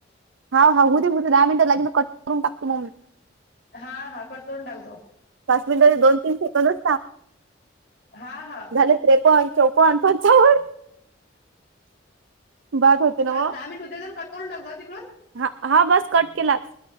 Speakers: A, on the right; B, on the left.
A: हा हा हो दे होद दहा मििट लागे म कट करून टाकतो मममी
B: हा हा कट करून टाकतो
A: पाच मिनिटाचे दोन तीन सेकंदच
B: हा हा
A: त्रेपन, चौपन, पंचावन बाद होते ना
B: माझ
A: मग
B: दहा मिनिटे होऊद्यात कट करून टाक तिकडून.
A: हा हा बस कट केलाच.